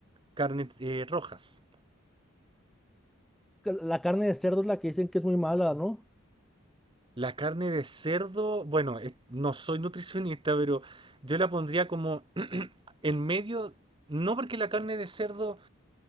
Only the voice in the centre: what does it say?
Que La carne de cerdo es la que dicen que es muy mala, ¿no?